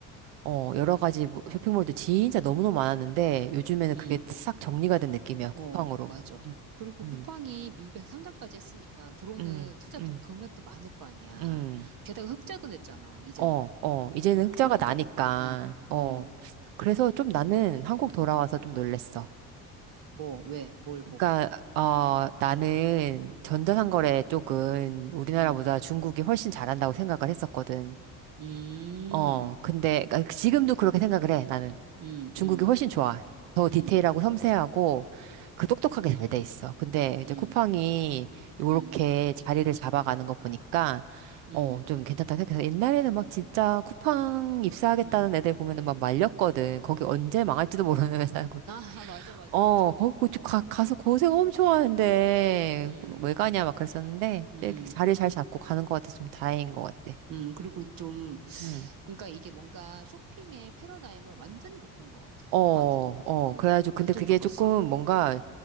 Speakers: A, on the right; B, on the right.
A: 어, 여러 가지 뭐- 쇼핑몰도 진짜 너무너무 많았는데, 요즘에는
B: 음,
A: 그게 싹 정리가 된 느낌이야,
B: 어,
A: 쿠팡으로.
B: 맞아.
A: 음,
B: 그리고
A: 음,
B: 쿠팡이 미국에서 상장까지 했으니까 들어오는
A: 음,
B: 투자
A: 음,
B: 돈 금액도 많을 거 아니야.
A: 음.
B: 게다가 흑자도 냈잖아, 이제는.
A: 어, 어, 이제는
B: 음,
A: 흑자가
B: 그러니까.
A: 나니까,
B: 어,
A: 어.
B: 어,
A: 그래서 좀 나는 한국 돌아와서 좀 놀랬어.
B: 뭐, 왜, 뭘
A: 그러니까
B: 보고.
A: 어 나는 전자상거래 쪽은 우리나라보다
B: 음,
A: 중국이 훨씬 잘한다고 생각을 했었거든.
B: 음,
A: 어 근데 그러니까 지금도 그렇게 생각을 해. 나는
B: 음,
A: 중국이
B: 음,
A: 훨씬 좋아. 더 디테일하고
B: 음,
A: 섬세하고 그 똑똑하게 잘 돼 있어. 근데 이제
B: 음,
A: 쿠팡이 요렇게
B: 음,
A: 자리를 잡아가는 거 보니까
B: 음,
A: 어 좀 괜찮다고 생각해서 옛날에는 막 진짜 쿠팡 입사하겠다는
B: 음.
A: 애들 보면은 막 말렸거든. 거기 언제 망할지도 모르는 <laughs> 회사고
B: 아, <laughs> 맞아, 맞아,
A: 어,
B: 맞아.
A: 거기 고- 가, 가서 고생 엄청 하는데,
B: 음,
A: 왜 가냐, 막 그랬었는데,
B: 음.
A: 이렇게 자리 잘 잡고 가는 것 같아서 좀 다행인 것 같아.
B: 음, 그리고 좀,
A: 응.
B: 그러니까 이게 뭔가 쇼핑의 패러다임을 완전히 바꾼 것 같아,
A: 어,
B: 쿠팡이.
A: 어,
B: 어,
A: 그래가지고, 근데
B: 완전히
A: 그게
B: 바꿨어.
A: 조금 뭔가,